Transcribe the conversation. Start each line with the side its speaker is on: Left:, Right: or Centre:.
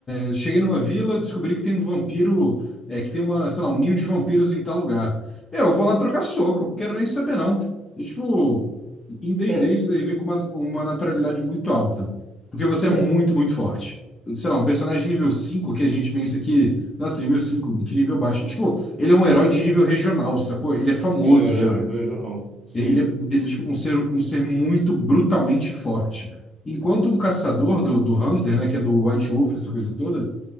Left: eh, cheguei numa vila, descobri que tem um vampiro, é, que tem uma, sei lá, um ninho de vampiros em tal lugar. Meu, eu vou lá trocar soco, quero nem saber não. E, tipo, em D&D
Right: É,
Left: isso daí vem com uma, uma naturalidade muito alta, porque você
Right: é.
Left: é muito, muito forte sei lá, um personagem de nível 5 que a gente pensa que, nossa, nível 5, que nível baixo. Tipo, ele é um herói de nível regional, sacou? Ele é famoso
Right: Ele é um herói
Left: já.
Right: de- regional. Sim.
Left: Ele é, ele é tipo, um ser, um ser muito brutalmente forte. Enquanto um caçador do, do Hunter, né, que é do White Wolf, essa coisa toda,